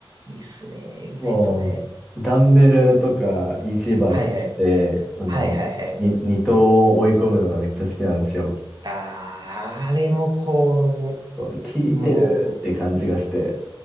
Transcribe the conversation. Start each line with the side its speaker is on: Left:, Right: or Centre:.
Right: いいっすね、
Centre: もう、
Right: 腕トレ。
Centre: ダンベルとかイ c バー作って、
Right: はいはい。
Centre: その、
Right: はいはいはい。
Centre: に二頭を追い込むのがめっちゃ好きなんですよ。
Right: あー、あれもこ
Centre: そう効いてるって感じがして。
Right: う、も